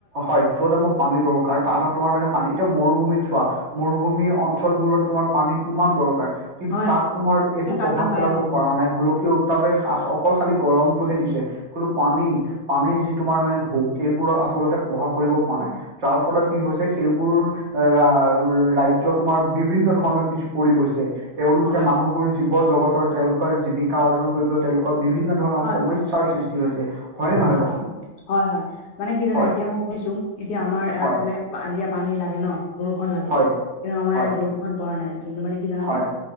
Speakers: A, on the right (about 60°); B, on the left (about 65°).
A: হয় য'ত আমাপ পানী দৰকাৰ তাত তোমাৰ মানে পানী এতিয়া মৰুভূমিত চোৱা। মৰুভূমি অঞ্চলবোৰত তোমাৰ পানী কিমান দৰকাৰ। কিন্তু
B: হয়
A: তাত তোমাৰ একো
B: কিন্তু
A: প্ৰভাৱ
B: তাত নাপায়
A: পেলাব
B: অ
A: পৰা নাই গোলকীয় উত- ত্তাপে খা ছ অকল খালি গৰমটোহে দিছে। কোতো পানী, পানী যি তোমাৰ মানে ঢৌ সেইবোৰৰ আচলতে প্ৰভাৱ পৰিব পৰা নাই। যাৰ ফলত কি হৈছে সেইবোৰ ৰা- ৰাজ্য তোমাৰ বিভিন্ন ধৰণৰ পিছ পৰি গৈছে তেওঁলোকে
B: হয়
A: মানুহবোৰ জীৱ জগতৰ তেওঁলোকৰ জীৱিকা অৰ্জন কৰিবলৈ তেওঁলোকৰ বিভিন্ন ধৰণৰ
B: হয়
A: সমস্যাৰ সৃষ্টি হৈছে। হয়নে নহয়
B: হয়
A: কচোন
B: হয়, হয় হয় মানে কি জানা
A: হয়
B: এতিয়া মই কৈছো এতিয়া আমাৰ ইয়াত
A: হয়
B: বোলে আৰিয়া পানী লাগে ন বৰষুণ লাগে
A: হয়
B: কিন্তু আমাৰ
A: হয়
B: ইয়াত বৰষুণ পৰা নাই কিন্তু মানে কি জানা
A: হয়
B: নে